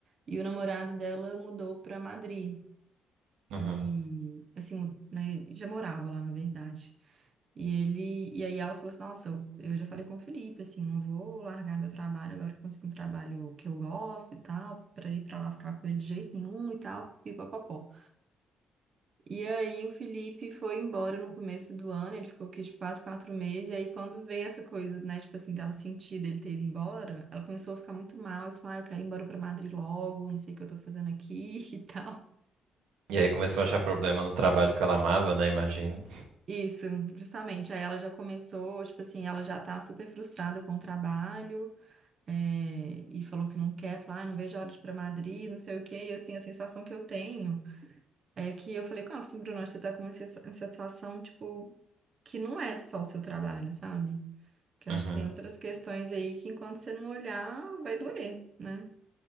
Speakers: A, on the right; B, on the right.
A: E o namorado dela mudou pra Madrid,
B: uhum,
A: e, assim, mu- né, já morava lá, na verdade. E ele, e aí ela falou assim, nossa, eu, eu já falei com o Felipe, assim, não vou largar meu trabalho agora que eu consegui um trabalho que eu gosto e tal, pra ir pra lá ficar com ele de jeito nenhum e tal, pipapopó. E aí o Felipe foi embora no começo do ano, ele ficou aqui de quase quatro meses, e aí quando veio essa coisa, né, tipo assim, dela sentir dele ter ido embora, ela começou a ficar muito mal e falou, ah, eu quero ir embora pra Madrid logo, não sei o que eu tô fazendo aqui <laughs> e tal.
B: E aí começou a achar problema no trabalho que ela amava, né? Imagino.
A: Isso, justamente. Aí ela já começou, tipo assim, ela já tá super frustrada com o trabalho, é, e falou que não quer, falou, ah, não vejo a hora de ir pra Madrid, não sei o quê, e assim, a sensação que eu tenho. É que eu falei com ela, assim, Bruna, você tá com uma insa- insatisfação, tipo, que não é só o seu trabalho, sabe? Que
B: uhum,
A: eu acho que tem outras questões aí que enquanto você não olhar, vai doer, né?